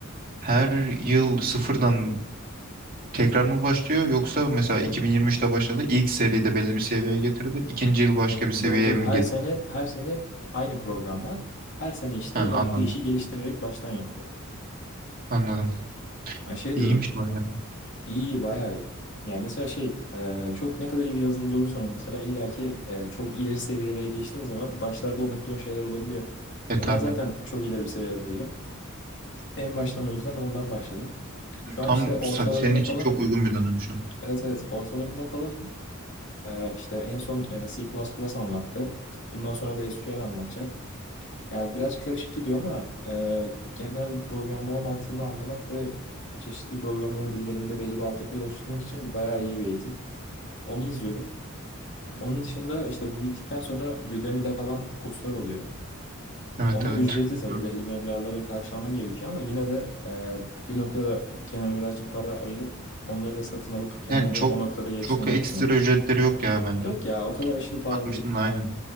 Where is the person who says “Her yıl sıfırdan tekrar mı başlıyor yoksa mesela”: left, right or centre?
Right